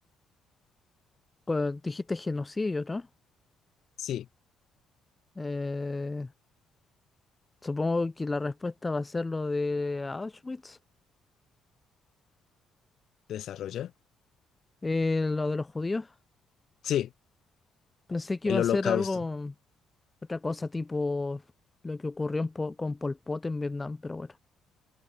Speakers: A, on the left; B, on the left.
A: con- dijiste genocidio, ¿no?
B: Sí,
A: Eh, supongo que la respuesta va a ser lo de Auschwitz,
B: desarrolla.
A: eh, lo de los judíos.
B: Sí,
A: Pensé que
B: el
A: iba a
B: Holocausto.
A: ser algo, otra cosa tipo lo que ocurrió en Po- con Pol Pot en Vietnam, pero bueno.